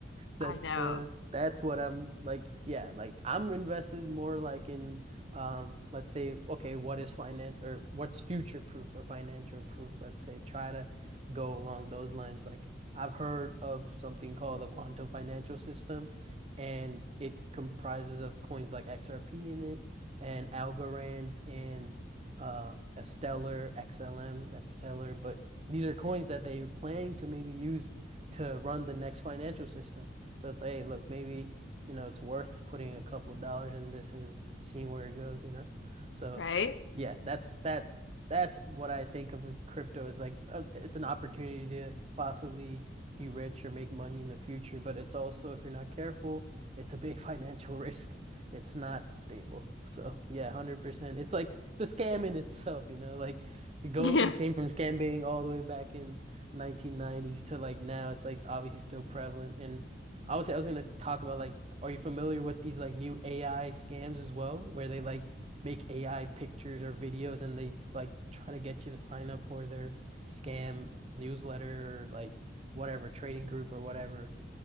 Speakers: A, on the right; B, on the left.
A: that's
B: I know,
A: the that's what I'm like, yeah, like I'm invested more like in um let's say, okay, what is finance or what's future proof or financial proof, let's say, try to go along those lines. Like I've heard of something called the quantum financial system and it comprises of coins like XRP in it and Algorand and uh, a Stellar XLM. That's Stellar, but these are coins that they are planning to maybe use to run the next financial system. So it's like, hey, look, maybe you know it's worth putting a couple dollars in this and seeing where it goes, you know? So
B: right?
A: yeah, that's that's that's what I think of as crypto is like uh, it's an opportunity to possibly be rich or make money in the future, but it's also if you're not careful it's a big <laughs> financial risk. It's not stable. So yeah, 100%. It's like it's a scam in itself, you know? Like you go
B: Yeah.
A: you came from scam baiting all the way back in 1990s to like now it's like obviously still prevalent. And obviously I was gonna talk about like are you familiar with these like new AI scams as well, where they like make AI pictures or videos and they like try to get you to sign up for their scam newsletter or like whatever trading group or whatever.